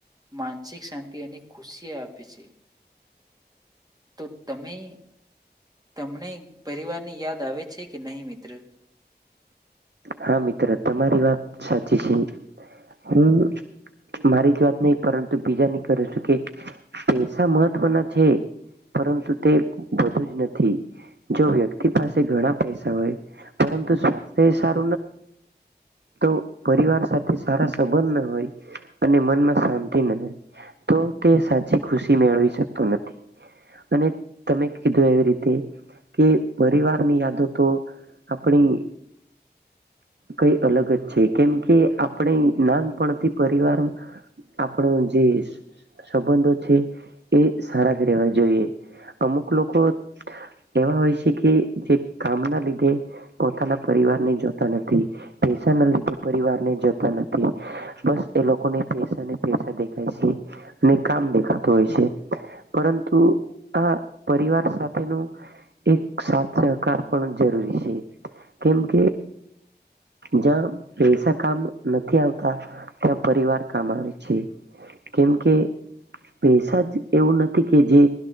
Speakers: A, on the right (about 20°); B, on the right (about 80°).
A: માનસિક શાંતિ અને ખુશી આપે છે તો તમે તમને પરિવારની યાદ આવે છે કે નહી મિત્ર
B: હા મિત્ર તમારી વાત સાચી છે હું મારી જ વાત નહી પરંતુ બીજાની કરું છું કે પૈસા મહત્વના છે પરંતુ તે બધું જ નથી જો વ્યક્તિ પાસે ઘણા પૈસા હોય પરંતુ સ્વાસ્થ્યબ હો તો પરિવાર સાથે સારા સંબંધ ના હોય અને મનમાં શાંતિ ના હોય તો તે સાચી ખુશી મેળવી શકતો નથી અને તમે કીધું એવી રીતે કે પરિવાર ની યાદો તો આપણી કઈ અલગ જ છે કેમ કે આપણે નાનપણથી પરિવાર આપણો જે સંબંધો છે એ સારા જ રહેેવા જોઈએ અમુક લોકો એવા હોય છે કે જે કામના લીધે પોતાના પરિવારને જો પ ના લીધે પરિવારને જતા નથી બસ એ લોકોને પૈસાને પૈસા દેખાય છે અને કામ દેખાતું હોય છે પરંતુ આ પરિવાર સાથેનો એક સાથ સહકાર પણ જરૂરી છે કેમ કે જ્યાં પૈસા કામ નથી આવતા ત્યાં પરિવાર કામ આવે છે કેમ કે પૈસા જ એવું નથી કે જે